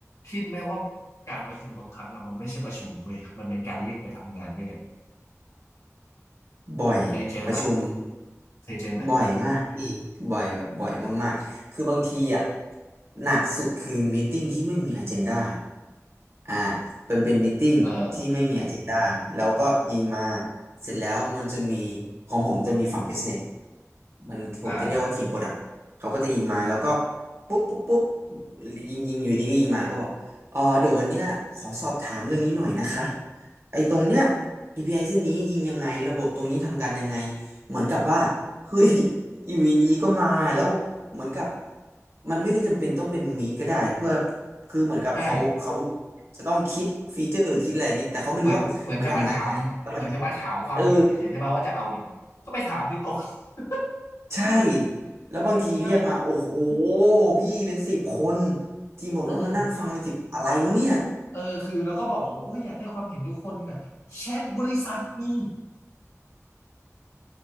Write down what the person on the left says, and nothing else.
คิดไหมว่าการประชุมบางครั้งอะมันไม่ใช่ประชุมเว้ยมันเป็นการเรียกไปทำงานด้วยกัน
เคยเจอปะเคยเจอไหม
เออ
อ่า
ใช่
เหมือนเหมือนจะมาถามเหมือนจะมาถามความเห็นเฉยๆใช่ปะว่าจะเอาอย่างนี้ก็ไปถามที่โต๊ะ <laughs>
แล้วก็
เออเออคือแล้วก็บอกว่าโอ้ยอยากได้ความเห็นทุกคนอะแชทบริษัทมี